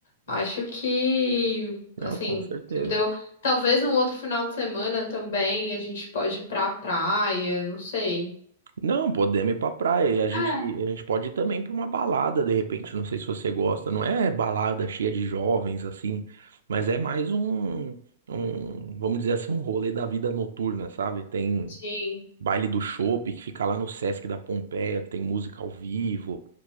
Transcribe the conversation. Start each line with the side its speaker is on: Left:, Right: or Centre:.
Left: Acho que,
Right: Não,
Left: assim,
Right: com certeza.
Left: você me deu, talvez no outro final de semana também a gente pode ir pra praia, não sei.
Right: Não, podemos ir pra praia e a gente,
Left: É,
Right: a gente pode ir também pra uma balada, de repente, não sei se você gosta, não é balada cheia de jovens assim, mas é mais um, um, vamos dizer assim, um rolê da vida noturna, sabe? Tem
Left: sim.
Right: baile do chopp que fica lá no Sesc da Pompeia, que tem música ao vivo,